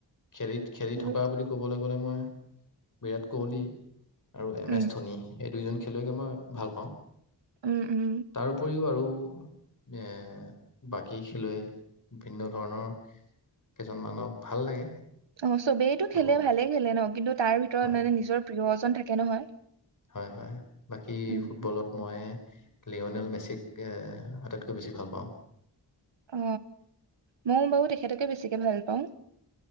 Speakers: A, on the left (about 45°); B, on the right (about 80°).
A: খেলি খেলি
B: উম,
A: থকা বুলি ক'বলৈ গলে মই। বিৰাট কোহলি <unintelligible> আৰু এম
B: উম,
A: এছ ধনী এই দুইজন। খেলুৱৈকে মই ভাল পাওঁ।
B: উম, উম।
A: তাৰ উপৰিও আৰু। এ বাকী খেলুৱৈ, ভিন্ন ধৰণৰ কেইজন মানক ভাল লাগে।
B: অ চবেইতটো
A: ত'
B: খেলে ভালে খেলে ন। কিন্তু তাৰ ভিতৰত
A: হয়
B: মানে নিজৰ প্ৰিয়। থাকে নহয়।
A: হয় হয় বাকী
B: উম,
A: ফুটবলত মই লিঅ'নেল মেচিক আটাইতকৈ বেছি ভাল পাওঁ
B: অ ময়ো বাৰু তেখেতকে বেছিকে ভাল পাওঁ